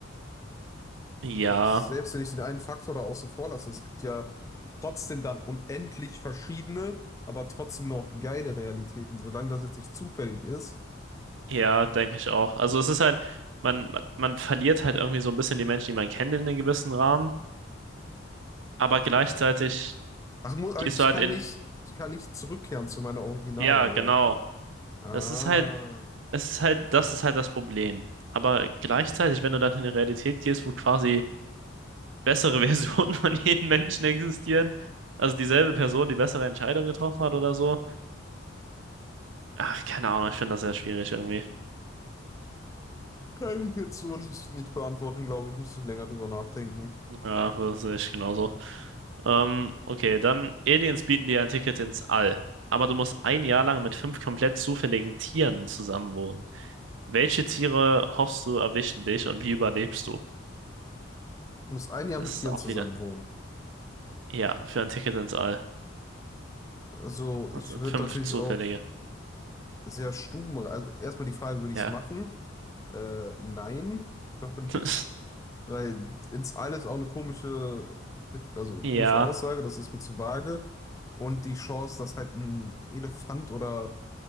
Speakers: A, on the right; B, on the left.
A: Ja,
B: Also, selbst wenn ich den einen Faktor da außen vor lasse, es gibt ja trotzdem dann unendlich verschiedene, aber trotzdem noch geile Realitäten, solange das jetzt nicht zufällig ist.
A: ja, denke ich auch. Also es ist halt, man, man man verliert halt irgendwie so ein bisschen die Menschen, die man kennt in einem gewissen Rahmen, aber gleichzeitig
B: Ach, mu- ah,
A: gehst
B: ich
A: du halt
B: kann
A: in,
B: nicht, ich kann nicht zurückkehren zu meiner Originalen,
A: ja,
B: oder?
A: genau.
B: Ah,
A: Das ist halt, es ist halt, das ist halt das Problem. Aber gleichzeitig, wenn du dann in die Realität gehst, wo quasi bessere <laughs> Versionen von jedem Menschen existieren, also dieselbe Person, die bessere Entscheidung getroffen hat oder so, ach, keine Ahnung, ich finde das sehr schwierig irgendwie.
B: kann ich jetzt so nicht, nicht beantworten, glaube ich. Müsste ich länger drüber nachdenken.
A: Ja, das sehe ich genauso. Ähm, okay, dann Aliens bieten dir ein Ticket ins All, aber du musst ein Jahr lang mit fünf komplett zufälligen Tieren zusammenwohnen. Welche Tiere hoffst du erwischen dich und wie überlebst du?
B: Ich muss ein Jahr
A: Das
B: mit Tieren
A: ist auch
B: zusammen
A: wieder.
B: wohnen.
A: Ja, für ein Ticket ins All.
B: Also,
A: Das
B: ich
A: sind
B: würde
A: fünf
B: natürlich
A: zufällige.
B: auf sehr stuben, also erstmal die Frage, würde ich
A: Ja.
B: es machen? Äh, nein, ich glaube
A: <laughs>
B: nicht. Weil ins All ist auch eine komische, also eine
A: Ja,
B: komische Aussage, das ist mir zu vage. Und die Chance, dass halt ein Elefant oder